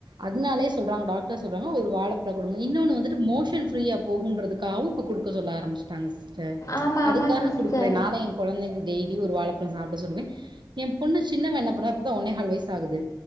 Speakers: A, on the right (about 80°); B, on the left (about 45°).
A: அதுனாலே சொல்றாங்க டாக்டர் சொல்றாங்க ஒரு வாழப்பழ கொடுக் இன்னொன்னு வந்துட்டு மோஷன் ஃப்ரீயா போகுன்றதுக்காகவு இப்ப குடுக்க சொல்ல ஆரம்பச்சுட்டாங்க சிஸ் டர்
B: ஆமா,
A: அதுக்காக
B: ஆமா சிஸ்டர்.
A: குடுக்குறே நானே ஏ கொழந்தைகளுக்கு டெய் டெய்லி ஒரு வாழப்பழம் சாப்புட சொல்லுவேன் என் பொண்ணு சின்னவ என்ன பண்ணுவா இப்பதா ஒன்னேகால் வயசு ஆகுது